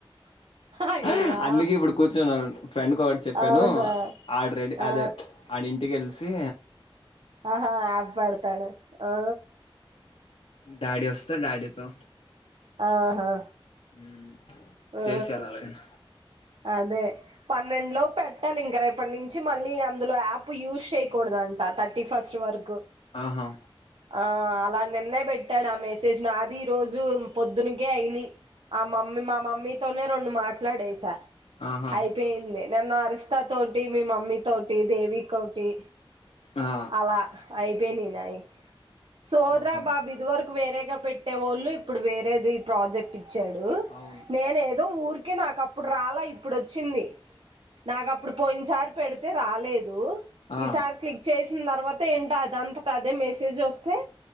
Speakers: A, on the right (about 70°); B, on the left (about 85°).
A: అయ్యా
B: బ్లాంక్ అందుకే ఇప్పుడు కూర్చుని ఒక్ ఫ్రెండ్కి ఒకటి చెప్పాను
A: అవునా
B: ఆడ్రెడీ
A: ఆ,
B: అదే ఆడిం టికల్సి
A: ఆహా ఆబ్బడతాడు ఓ
B: డాడి వస్తె డాడీతో
A: ఆహా
B: ఉ
A: ఆ
B: చేసేయాలి ఎలాగైన
A: అదే పన్నెండు లో పెట్టాలి. ఇంక రేపటి నుంచి మళ్ళీ అందులో యాప్ యూజ్ చేయకూడదు. అంట థర్టీ ఫస్ట్ వరకు
B: ఆహా
A: ఆ అలా నిన్నే పెట్టాడు. ఆ మెసేజ్ నాది ఈ రోజు పొద్దునికే అయినయి ఆ మమ్మీ మా మమ్మీతోనే రెండు మాట్లాడేస
B: ఆహా
A: అయిపోయింది. నిన్న అరిస్తా తోటి మీ మమ్మీ తోటి దేవికో టి
B: ఆ
A: అలా అయిపోయినయి నాయి సోదిరా
B: ఓహో
A: బాబు ఇది వరకు వేరేగా పెట్టేవోళ్ళు ఇప్పుడు వేరేది ప్రాజెక్ట్ ఇచ్చాడు
B: అవును
A: నేనే ఊరికే నాకు అప్పుడు రాలా ఇప్పుడు వచ్చింది. నాకు అప్పుడు పోయిన్ ఈ సారి పెడితే రాలేదు
B: ఆ
A: ఈ సారిక్లి చేసిన తర్వాత అదనంతటా అదే మెసేజ్ వస్తే